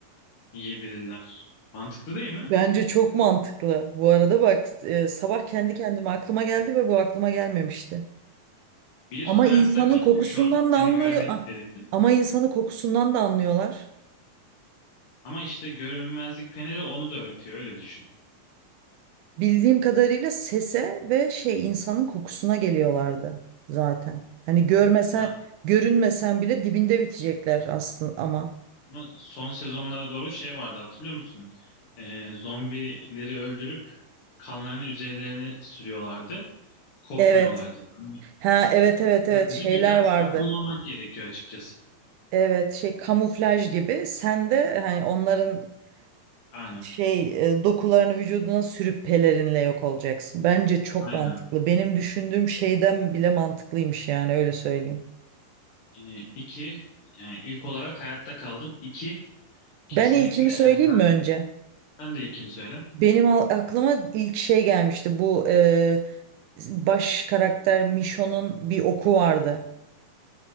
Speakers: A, on the left; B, on the right.
A: yiyebilirler? Mantıklı değil mi?
B: Bence çok mantıklı. Bu arada bak e, sabah kendi kendime aklıma geldi ve bu aklıma gelmemişti.
A: Bir,
B: Ama
A: hayatta
B: insanın
A: kaldın
B: kokusundan
A: şu an. Seni
B: da anlıyor.
A: göremedikleri
B: a-
A: için.
B: Ama insanın kokusundan da anlıyorlar.
A: Ama işte görünmezlik peneri onu da örtüyor. Öyle düşün.
B: Bildiğim kadarıyla sese ve şey insanın kokusuna geliyorlardı zaten. Hani görmesen,
A: Ya,
B: görünmesen bile dibinde bitecekler aslında ama.
A: ama son sezonlara doğru şey vardı hatırlıyor musun? Ee, zombileri öldürüp kanlarını üzerlerine sürüyorlardı. Kokmuyorlardı.
B: Evet.
A: Yani
B: Ha evet
A: o
B: evet evet
A: yüzden
B: şeyler
A: de biraz
B: vardı.
A: akıllı olmak gerekiyor açıkçası.
B: Evet şey kamuflaj gibi. Sen de hani onların
A: Aynen.
B: şey e, dokularını vücuduna sürüp pelerinle yok olacaksın. Bence çok
A: Aynen.
B: mantıklı. Benim düşündüğüm şeyden bile mantıklıymış yani öyle söyleyeyim.
A: Ee, iki, yani ilk olarak hayatta kaldım. İki, kesinlikle
B: Ben ilkimi söyleyeyim
A: erzak.
B: mi önce?
A: Sen de ilkini söyle.
B: Benim al- aklıma ilk şey gelmişti. Bu e, baş karakter Mişon'un bir oku vardı.